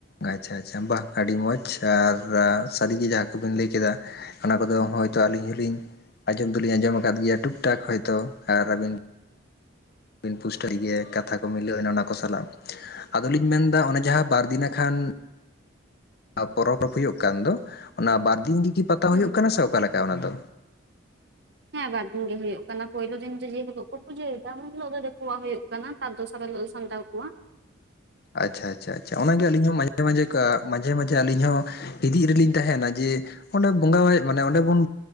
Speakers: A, on the left; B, on the right.
A: ᱟᱪᱪᱷᱟ ᱟᱪᱪᱷᱟ ᱵᱟᱝ ᱟᱹᱰᱤ ᱢᱚᱸᱡᱽ ᱟᱨ ᱥᱟᱹᱨᱤ ᱜᱮ ᱡᱟᱦᱟᱸ ᱠᱚᱵᱤᱱ ᱞᱟᱹᱭ ᱠᱮᱫᱟ ᱚᱱᱟ ᱠᱚᱫᱚ ᱦᱚᱭᱛᱳ ᱟᱹᱞᱤᱧ ᱦᱚᱞᱤᱧ ᱟᱸᱡᱚᱢ ᱫᱚᱞᱤᱧ ᱟᱸᱡᱚᱢ ᱟᱠᱟᱫ ᱜᱮᱭᱟ ᱴᱩᱠ ᱴᱟᱠ ᱦᱚᱭᱛᱳ ᱟᱨ ᱟᱹᱵᱤᱱ ᱯᱩᱥᱴᱟᱹᱜ ᱜᱮᱭᱟ ᱠᱟᱛᱷᱟ ᱠᱚ ᱢᱤᱞᱟᱹᱣᱱᱟ ᱚᱱᱟ ᱠᱚ ᱥᱟᱞᱟᱜ ᱟᱫᱚ ᱞᱤᱧ ᱢᱮᱱᱫᱟ ᱚᱱᱮ ᱡᱟᱦᱟᱸ ᱵᱟᱨ ᱫᱤᱱ ᱱᱟᱠᱷᱟᱱ ᱯᱚᱨᱚᱵᱽ ᱦᱩᱭᱩᱜ ᱠᱟᱱ ᱫᱚ ᱚᱱᱟ ᱵᱟᱨᱫᱤᱱ ᱜᱮᱠᱤ ᱯᱟᱛᱟ
B: ᱦᱮᱸ
A: ᱦᱩᱭᱩᱜ ᱠᱟᱱᱟ ᱥᱮ ᱚᱠᱟ ᱞᱮᱠᱟ ᱚᱱᱟ ᱫᱚ
B: ᱦᱮᱸ ᱵᱟᱨ ᱫᱤᱱ ᱜᱮ ᱦᱩᱭᱩᱜ ᱠᱟᱱᱟ ᱯᱳᱭᱞᱳ ᱫᱤᱱ ᱫᱚ ᱡᱮ ᱦᱤᱞᱳᱜ ᱠᱚ ᱯᱩᱡᱟᱹᱭᱮᱫᱟ ᱩᱱ ᱦᱤᱞᱳᱜ ᱫᱚ ᱫᱽᱠᱩᱣᱟᱜ ᱦᱩᱭᱩᱜ ᱠᱟᱱᱟ ᱠᱟᱱᱟ ᱛᱟᱨ ᱫᱚᱥᱟᱨ ᱦᱤᱞᱳᱜ ᱫᱚ ᱥᱟᱱᱛᱟᱲ ᱠᱚᱣᱟᱜ
A: ᱟᱪᱪᱷᱟ ᱟᱪᱪᱷᱟ ᱟᱪᱪᱷᱟ ᱚᱱᱟᱜᱮ ᱟᱞᱤᱧ ᱦᱚᱸ ᱢᱟᱡᱷᱮ ᱢᱟᱡᱷᱮ ᱠᱟ ᱢᱟᱡᱷᱮ ᱢᱟᱡᱷᱮ ᱟᱹᱞᱤᱧ ᱦᱚᱸ ᱦᱤᱫᱤᱡ ᱨᱮᱞᱤᱧ ᱛᱟᱦᱮᱸᱱᱟ ᱡᱮ ᱚᱸᱰᱮ ᱵᱚᱸᱜᱟᱭ ᱢᱟᱱᱮ ᱚᱸᱰᱮ ᱵᱚᱱ